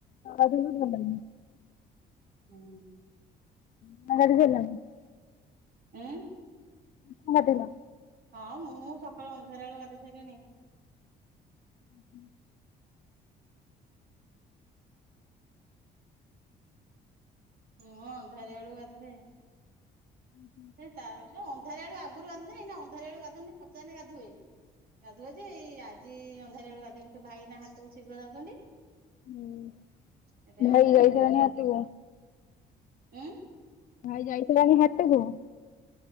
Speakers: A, on the left; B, on the right.
A: ଅଜନ ଭଲଁ
B: ହୁଁ।
A: <unintelligible>
B: ଏଁ
A: <unintelligible> ଦେଲ।
B: ହଁ ମୁଁ ସକାଳୁ ଅନ୍ଧାର ବଳୁ ଗାଧେଇ ସାଇଲିଣି।
A: ହୁଁ।
B: ହୁଁ ଅନ୍ଧାରିଆ ବେଳକୁ ଗାଧିବେ
A: <inaudible>
B: ତା ଜଉ ଅଧାରିଆ ଆଳୁ ଆଗରୁ ଗାଧୁଏ ନଇନା ଅଧାରୁଆ ବେଳୁ ଗଧେଉନି ଫଚା ହେଲେ ଗାଧୁଏ। ଗାଧୁଏ ଯେ ଆଜି ଅନ୍ଧାରିଆ ବେଳକୁ ଗାଧେଇମୀ ତୋ ଭାଇ ନା ହାଟ କୁ ଶୀଘ୍ର ଯାଉଛନ୍ତି।
A: ହୁଁ
B: ସେଥିପାଇଁ
A: ଭାଇ
B: ଅନ୍ଧାରିଆ
A: ଯାଇ
B: ବେଳୁ
A: ସାଇଲାଣି
B: ଗାଧେଇନି
A: ହାଟ କୁ?
B: ଉଁ।
A: ଭାଇ ଯାଇ ସାଇଲାଣି ହାଟ କୁ?